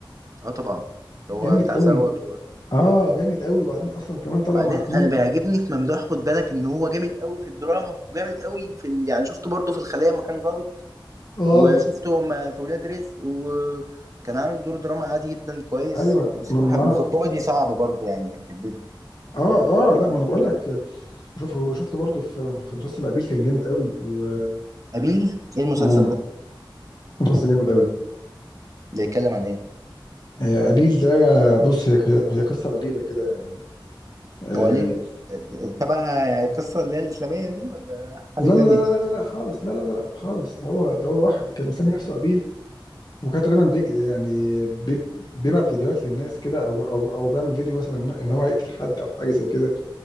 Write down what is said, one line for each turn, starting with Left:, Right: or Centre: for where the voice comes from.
Right: اه طبعا اللي
Left: جامد
Right: هو بتاع
Left: قوي
Right: ثروت
Left: اه جامد قوي وبعدين اصلا كمان طلع
Right: وبعدين
Left: مع اتنين
Right: انا بيعجبني في ممدوح خد بالك ان هو جامد قوي في الدراما وجامد قوي في ال... يعني شفته برضه في الخلية لما كان ظابط
Left: اه
Right: وشفته لما في ولاد رزق وكان عامل دور دراما عادي جدا كويس
Left: ايوه
Right: وتمثيله
Left: ما ما
Right: حلو
Left: انا
Right: وفي الكوميدي صعب برضه يعني في البيت
Left: اه اه لا ما انا بقول لك شوفه شفته برضه في في مسلسل ابيل كان جامد قوي و
Right: أبيل ايه المسلسل
Left: مم.
Right: ده؟
Left: مسلسل جامد قوي
Right: بيتكلم عن ايه؟
Left: آه، ابيل ده بص هي هي قصه غريبه كده يعني آه،
Right: هو ليه تبع القصة اللي هي الإسلامية دي ولا حاجة
Left: لا
Right: تانية؟
Left: لا لا لا لا لا خالص لا لا لا لا خالص ده هو ده هو واحد كان مسمي نفسه ابيل وكان تقريبا بيج يعني بيب- بيبعت فيديوهات للناس كده او او او بيعمل فيديو مثلا ان إن هو هيقتل حد او حاجه زي كده